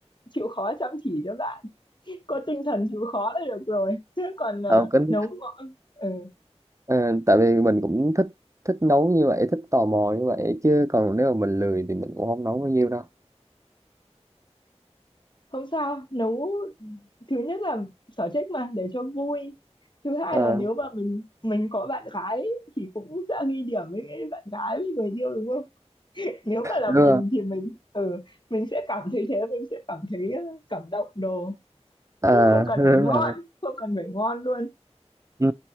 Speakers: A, on the left; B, on the right.
A: chịu khó chăm chỉ cho bạn có tinh thần chịu khó là được rồi chứ còn ờ,
B: ờ cũng
A: nấu ngọ- ừ.
B: ờ, tại vì mình cũng thích thích nấu như vậy thích tò mò như vậy chứ còn nếu mà mình lười thì mình cũng không nấu bao nhiêu đâu
A: không sao nấu thứ nhất là sở thích mà để cho vui thứ hai
B: ờ
A: là nếu mà mình mình có bạn gái thì cũng sẽ ghi điểm với bạn gái với người yêu đúng không nếu mà là
B: đúng rồi.
A: mình thì mình ừ, mình sẽ cảm thấy thế mình sẽ cảm thấy ờ, cảm động đồ
B: à
A: chứ không
B: <laughs>
A: cần
B: đúng
A: phải ngon
B: rồi.
A: không cần phải ngon luôn
B: ừ,